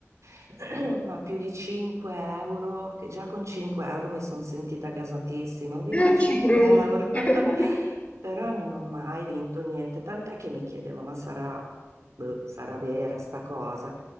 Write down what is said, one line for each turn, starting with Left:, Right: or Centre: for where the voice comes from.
Right: <coughs> <laughs> ma più di 5 euro, che già con 5 euro mi sono sentita gasatissima, ho vinto
Left: Eh,
Right: 5
Left: ci credo.
Right: euro,
Left: <laughs>
Right: <laughs> però non ho mai vinto niente, tant'è che mi chiedevo, ma sarà boh, sarà vera sta cosa.